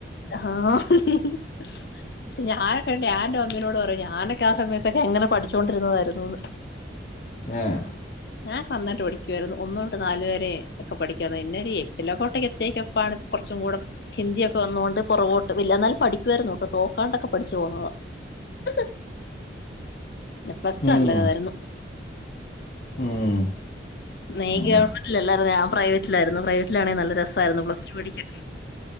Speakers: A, on the left; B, on the left.
A: <inaudible> ആഹ ഹ ഹ പക്ഷെ ഞാനൊക്കെ ഉ റെ അമ്മീനോട് പറു ഞാനൊക്കെ <inaudible> ആ സമയൊക്കെ എങ്ങനെ പഠിച്ചൊണ്ടിരുന്നതായിരുന്നുന്ന്
B: ഏഹ്
A: ഞാൻ നന്നാട്ട് പഠിക്കുവായിരുന്നു ഒന്നോട്ട് നാല് വരെ ഒക്കെ പഠിക്കു ഇന്നൊരു എട്ടിലൊക്കോട്ടക്ക എത്തിക്കപ്പാണ് കുറച്ചും കൂടെ ഹിന്ദിയൊക്കെ വന്ന കൊണ്ട് പുറകോട്ട് ഇല്ല എന്നാലും പഠിക്കുവായിരുന്നു ട്ടോ തോക്കാണ്ടൊക്കെ പഠിച്ചു പോന്നത <inaudible> പ്ലസ്ടു
B: ഉം,
A: നല്ലതായിരുന്നു
B: ഉം
A: നീ
B: അങ്ങനെ
A: ഗവൺമെന്റിലല്ലായിരുന്നു ഞാൻ പ്രൈവറ്റിലായിരുന്നു പ്രൈവറ്റിലാണെങ്കിൽ നല്ല രസായിരുന്നു പ്ലസ് ടു പഠിക്കാൻ